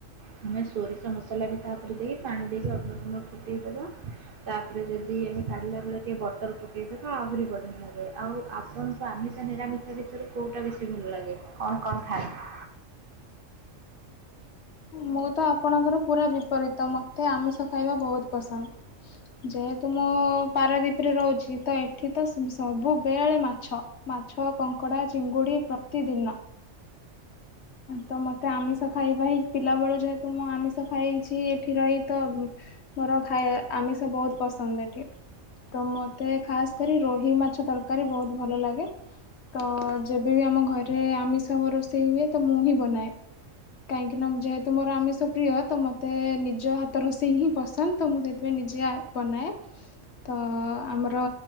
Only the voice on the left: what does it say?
ମୁଁ ତ ଆପଣଙ୍କର ପୁରା ବିପରୀତ ମୋତେ ଆମିଷ ଖାଇବା ବହୁତ୍ ପସନ୍ଦ, ଯେହେତୁ ମୋ ପାରାଦୀପରେ ରହୁଛି ତ ଏଠି ତ ସ ସବୁବେଳେ ମାଛ, ମାଛ, କଙ୍କଡ଼ା, ଚିଙ୍ଗୁଡ଼ି ପ୍ରତିଦିନ, ତ ମୋତେ ଆମିଷ ଖାଇବା ହି ପିଲାବେଳୁ ଯେହେତୁ ମୁଁ ଆମିଷ ଖାଇଛି ଏଠି ରହି ତ ହୁଁ, ମୋର ଖାଇବା ଆମିଷ ବହୁତ୍ ପସନ୍ଦ ଏଠି, ତ ମୋତେ ଖାସ୍ କରି ରୋହି ମାଛ ତରକାରୀ ବହୁତ୍ ଭଲ ଲାଗେ, ତ ଯେବେବି ଆମ ଘରେ ଆମିଷ ହଁ ରୋଷେଇ ହୁଏ ତ ମୁଁ ହିଁ ବନାଏ, କାହିଁକି ନା ଯେହେତୁ ମୋର ଆମିଷ ପ୍ରିୟ ତ ମତେ ନିଜ ହାତ ରୋଷେଇ ହିଁ ପସନ୍ଦ ତ ମୁଁ ସେ, ତେବେ ନିଜେ ଆଏ ବନାଏ, ତ ଆମର